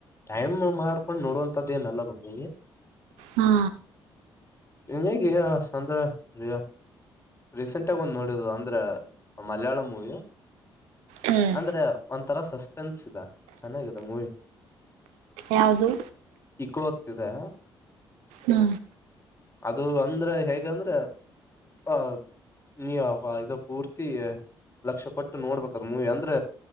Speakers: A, on the left; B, on the right.
A: ಟೈಮ್ ಮಾಡ್ಕೊಂಡ್ ನೋಡುವಂತದ್ದ ಏನಲ್ಲ ಬಂದಿ
B: ಹಾ
A: ಇನ್ ಹೇಗ ಸಂದ್ರ ಅಯ ರೀಸೆಂಟ್ಗ ಒಂದ್ ನೋಡುದು ಅಂದ್ರೆ ಮಲಯಾಳ ಮೂವಿ
B: ಹ್ಮ್
A: ಅಂದ್ರೆ ಒಂತರ ಸಸ್ಪೆನ್ಸ್ ಇದೆ ಚೆನ್ನಾಗಿದೆ ಮೂವಿ
B: ಯಾವ್ದು
A: ಇಕೋತ್ತಿದೆ
B: ಹಾ
A: ಅದು ಅಂದ್ರೆ ಹೇಗಂದ್ರೆ ಆ ನೀವ್ ಆ ಯಾ ಇದು ಪೂರ್ತಿ ಲಕ್ಷ ಪಟ್ಟು ನೋಡ್ಬೇಕದ ಮೂವಿ ಅಂದ್ರ